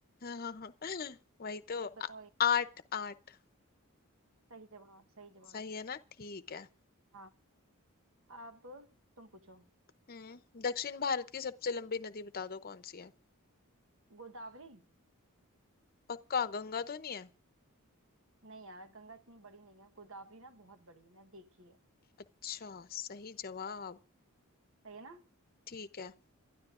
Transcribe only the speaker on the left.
<laughs> वही तो
आ-
आठ आठ
सही है ना ठीक है
हम्म दक्षिण भारत की सबसे लंबी नदी बता दो कौन सी है
पक्का गंगा तो नहीं है
अच्छा सही जवाब
ठीक है